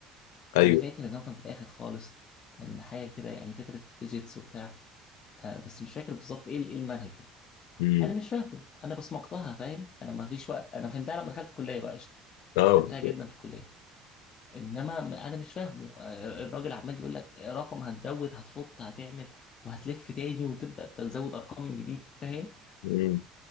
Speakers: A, on the left; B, on the left.
A: ايوه
B: انا فاكر ان هو كان في الاخر خالص كان حاجه كده يعني فكره ديجيتس وبتاع آه بس مش فاكر بالظبط ايه ايه المنهج يعني
A: امم
B: انا مش فاهمه انا بصمجتها فاهم انا ما فيش وقت انا فهمتها لما دخلت الكليه بقى قشطه
A: اه
B: فهمتها
A: بالظبط
B: جدا في الكليه انما م- انا مش فاهمه آه، الراجل عمال يقول لك رقم هتزود هتحط هتعمل وهتلف تاني وتبدا تزود ارقام من جديد فاهم
A: امم